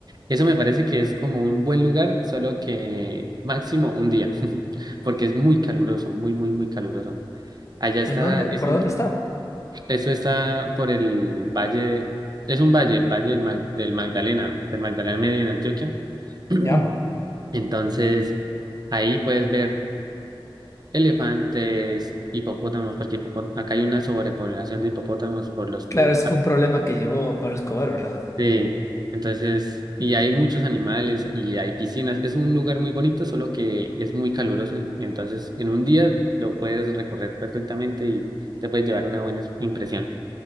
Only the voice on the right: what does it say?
Eso me parece que es como un buen lugar, solo que máximo un día, <laughs> porque es muy caluroso, muy, muy, muy caluroso. Allá está,
es un,
eso está por el valle, es un valle, el valle del, Mag- del Magdalena, del Magdalena Medio en Antioquia. <clears throat>
Entonces, ahí puedes ver elefantes, hipopótamos, porque hipopo- acá hay una sobrepoblación de hipopótamos por los que
Sí, entonces, y hay muchos animales y hay piscinas. Es un lugar muy bonito, solo que es muy caluroso. y Entonces, en un día lo puedes recorrer perfectamente y te puedes llevar una buena impresión.